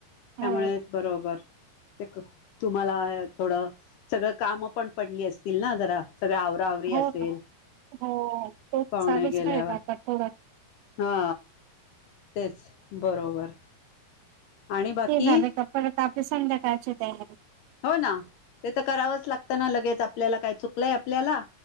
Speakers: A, on the left (about 75°); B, on the right (about 85°).
A: त्यामुळेच
B: हो
A: बरोबर त क तुम्हाला थोडं, सगळं काम पण पडली असतील ना जरा. सगळ आवराआवरी असेल,
B: हो ना हो तेच
A: पाहुणे
B: चालूच
A: गेल्यावर
B: राहील आता थोडं.
A: हा. तेच बरोबर. आणि बाकी
B: ते झालं का परत बाकी संध्याकाळची तयारी.
A: हो ना ते तर करावंच लागतं, ना लगेच आपल्याला काय चुकलंय आपल्याला?